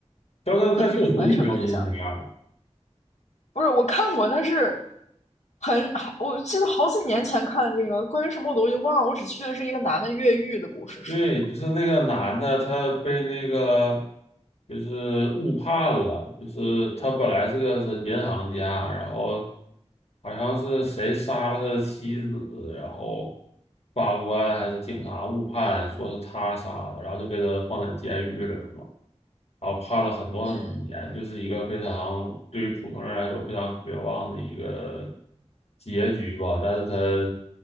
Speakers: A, on the left; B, on the left.
A: 《肖申克救赎》你没有印象啊？
B: <laughs> 完全没印象。不是，我看过，但是很，好，我记得好几年前看这个，关于什么我都已经忘了。我只记得是一个男的越狱的故事，是吗？
A: 对，就是那个男的，他被那个就是误判了，就是他本来是个是银行家，然后好像是谁杀了他的妻子，然后法官还是警察误判，说是他杀的，然后就给他放在监狱里了嘛。然后判了很多很多年，
B: 嗯，
A: 就是一个非常对于普通人来说非常绝望的一个结局吧。但是他